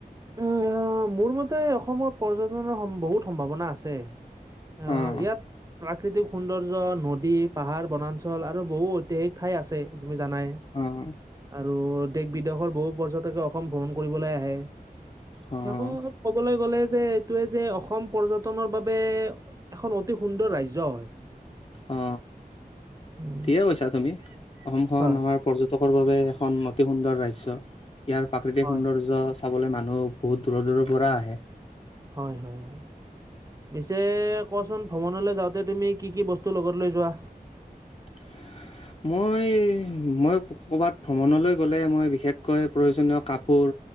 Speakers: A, on the right (about 20°); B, on the left (about 40°).
A: উম মোৰ মতে অসমত পৰ্যটনৰ সম বহুত সম্ভাৱনা আছে অঁ
B: অ',
A: ইয়াত প্ৰাকৃতিক সৌন্দৰ্য্য নদী, পাহাৰ, বনাঞ্চল আৰু বহু ঐতিহাসিক ঠাই আছে। তুমি জানাই
B: অ',
A: আৰু দেশ বিদেশৰ বহু পৰ্যটকে অসম ভ্ৰমণ কৰিবলে আহে
B: অ',
A: শেষত ক'বলে গ'লে যে এইটোৱে যে অসম পৰ্যটনৰ বাবে এখন অতি সুন্দৰ ৰাজ্য হয়
B: অ
A: উম,
B: ঠিকে কৈছা তুমি অসমখন
A: হয়।
B: আমাৰ পৰ্যটক বাবে এখন অতি সুন্দৰ ৰাজ্য ইয়াৰ প্ৰাকৃতিক
A: হয়,
B: সৌন্দৰ্য চাবলে মানুহ বহুত দূৰৰ দূৰৰ পৰা আহে
A: হয় হয় হয় পিছে কোৱাচোন ভ্ৰমণলৈ যাওঁতে তুমি কি কি বস্তু লগত লৈ যোৱা
B: <unintelligible> মই মই ক'বাত ভ্ৰমণলৈ গ'লে মই বিশেষকৈ প্ৰয়োজনীয় কাপোৰ